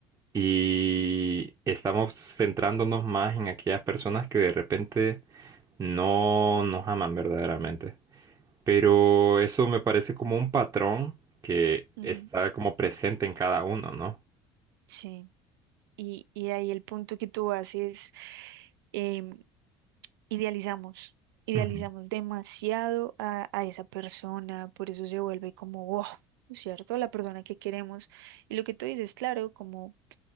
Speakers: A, on the right; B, on the right.
A: y estamos centrándonos más en aquellas personas que de repente no nos aman verdaderamente. Pero eso me parece como un patrón que
B: Ujú,
A: está como presente en cada uno, ¿no?
B: Sí. Y, y ahí el punto que tú haces, em, Idealizamos, idealizamos
A: Ujú,
B: demasiado a, a esa persona, por eso se vuelve como, wow, ¿cierto? La persona que queremos. Y lo que tú dices, claro, como